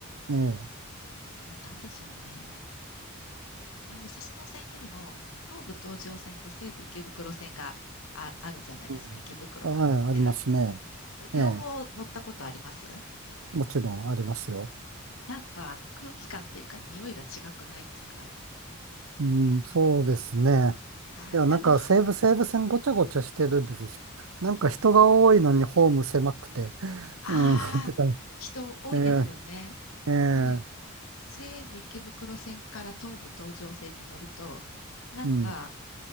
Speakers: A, on the right (about 75°); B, on the left (about 80°).
A: ええ
B: な、なんでしょうね。まあ、武蔵野線よりも東武東上線と西武池袋線があ、あるじゃないですか。
A: うんはいありますね。
B: 池袋から出てる。あの両方乗ったことあります
A: ええもちろんありますよ。
B: なんか空気感っていうか匂いが違くないですか
A: うん、そうですね。
B: はい。
A: いや、
B: なんか、
A: なんか西武西武線ごちゃごちゃしてるんですし。なんか人が多いのにホーム狭くて。<laughs>
B: ああ、
A: うん、<laughs> ってか、
B: 人多いですよね。
A: えー、え
B: もうね、
A: ー、
B: 西武池袋線から東武東上線に乗ると、なんか、
A: うん。